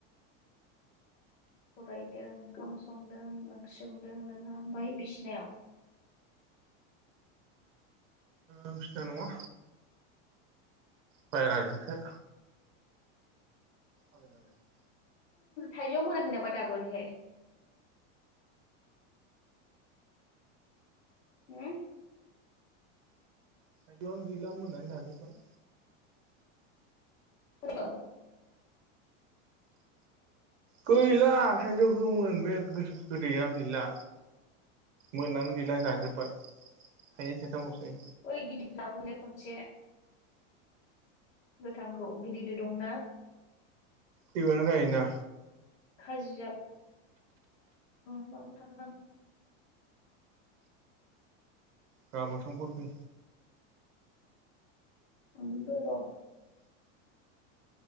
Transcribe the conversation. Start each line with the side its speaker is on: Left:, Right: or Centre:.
Left: फरायदों ओंखाम संदों ओंख्रि संदों नोंहा ओमफाय बिसिनायाव
Right: आं बिसिना नङा बायरा
Left: उम
Right: जोंसो आोजांदां <inaudible>
Left: थाइजो मोनाखै नामा ओरैहाय उम
Right: थायजौआनो गैला मोननानै जाजोब्बाय
Left: हेल
Right: गैला थाइजौ गोमोन बे गोदैया गैला मोननानै गैला जाजोब्बाय थाइनै थाइथामलसै
Left: अय गिल खसे <inaudible> गोथांखौ गिदिर गिदिर दंना
Right: फैबानो जायोना
Left: खाजि जाब <unintelligible>
Right: गाबोन संफोर फै
Left: थांगोन बो र